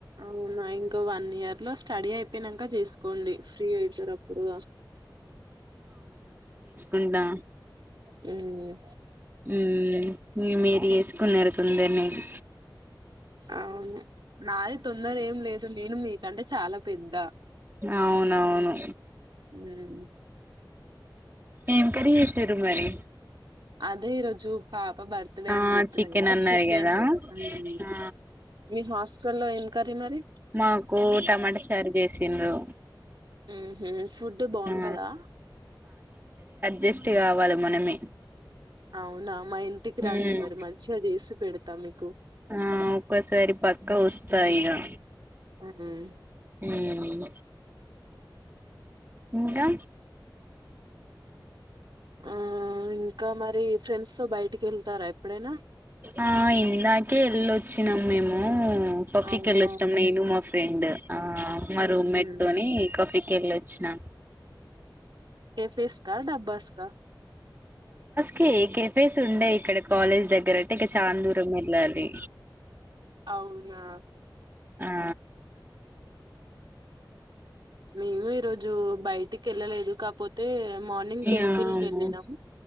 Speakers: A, on the right (about 70°); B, on the right (about 25°).
A: అవునా ఇంకా వన్ ఇయర్ లో స్టడీ అయిపోయినాక చేసుకోండి ఫ్రీ అయితారు అప్పుడు
B: ఉంటా
A: మ్మ్ మ్మ్
B: మ్మ్ మ్మ్ మీరు వేసుకున్నారుకుండానేది
A: అవును నాది తొందర ఏం లేదు నేను మీ అంటే చాలా పెద్ద
B: అవునవును
A: ఉమ్
B: ఏం కర్రీ చేస్తారు మరి
A: అదే ఈరోజు పాప్ బర్త్ డే
B: ఆ
A: అని చెప్పినా
B: చికెన్
A: కాద
B: అన్నారు
A: చికెన్
B: కదా
A: హ్మ్
B: ఆ
A: మీ హాస్టల్ లో ఎంన్ కర్రీ మరి
B: మాకు టమాటా చారు చేసిండ్రు
A: హు హ్మ్ ఫుడ్ బావుంటదా
B: ఆ జెస్ట్ కావాలి మనమే
A: అవునా మా ఇంటికి
B: మ్మ్
A: రండి మరి మంచిగా చేసి పేడ్ తము
B: ఆ ఒక్కొసారి పక్క వస్తా ఇగా
A: ఉమ్
B: అ మ్మ్ ఇంకా
A: ఆ ఇంకా మరి ఫ్రెండ్స్ తో బయటికి వెళ్తారా ఎప్పుడైనా
B: ఆ ఇందాకే ఎల్లోచ్చినాం మేము మ్ కొక్కీకి
A: అవునా
B: వెళ్లొచ్చిన్నాం నేను మా ఫ్రె రెండు ఆ మరు
A: ఉహు
B: మెట్టు అని కాఫీ కే వెళ్ళొచ్చాన్నాం
A: ఏ ఫేస్కా డబ్బా స్కా
B: కె కేఫేస్ ఉండే ఇక్కడ కాలేజ్ దగ్గర అంటే ఇక చాన్ దూరం వెళ్ళాలి
A: అవునా
B: ఆ
A: మేము ఈరోజు బయ్టికి వెళ్ళలేదు కాపోతే మార్నింగ్ టెంపుల్క్
B: యా అవును
A: వెళ్ళినాం